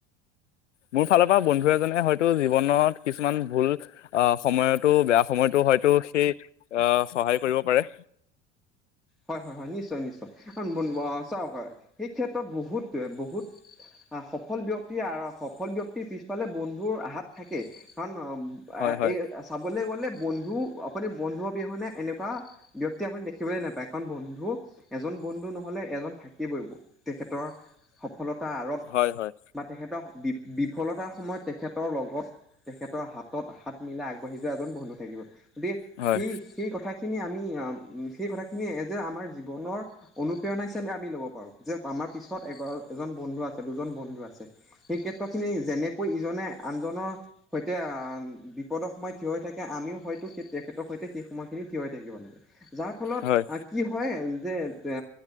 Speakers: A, on the left; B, in the centre.
A: মোৰ ফালৰ পৰা বন্ধু এজনে হয়তো জীৱনত কিছুমান ভুল আহ সময়তো বেয়া সময়তো হয়তো সেই আহ সহায় কৰিব পাৰে।
B: হয় হয় হয় নিশ্চয় নিশ্চয়। চাওক সেই ক্ষেত্ৰত বহুত বহুত সফল ব্যক্তি সফল ব্যক্তিৰ পিছফালে বন্ধুৰ হাত থাকে। কাৰণ
A: হয় হয়
B: এই চাবলৈ গ'লে বন্ধু আপুনি বন্ধু অবিহনে এনেকোৱা থকা ব্যক্তি আপুনি দেখিবলৈ নাপায়। কাৰণ বন্ধু এজন বন্ধু নহ'লে এজন থাকিবই তেখেতৰ সফলতাৰ আঁৰত
A: হয় হয়
B: বা তেখেতৰ বি বিফলতাৰ সময়ত তেখেতৰ লগত তেখেতৰ হাতত হাত মিলাই আগবাঢ়ি যোৱা এজন বন্ধু থাকিব গতিকে
A: হয়
B: সেই সেই কথাখিনি আমি উম সেই কথা যে আমাৰ জীৱনৰ অনুপ্ৰেৰণা হিচাপে আমি ল'ব পাৰো। যে আমাৰ পিছত এ এজন বন্ধু আছে। দুজন বন্ধু আছে সেই ক্ষেত্ৰ খিনি যেনেকৈ ইজনে আনজনৰ সৈতে, বিপদৰ সময় থিয় হৈ থাকে এতিয়া আমিও হয়তো সেই তেখেতৰ সৈতে সেই সময়খিনি থিয় হৈ থাকিব লাগে যাৰ ফলত
A: হয়
B: কি হয় যে এ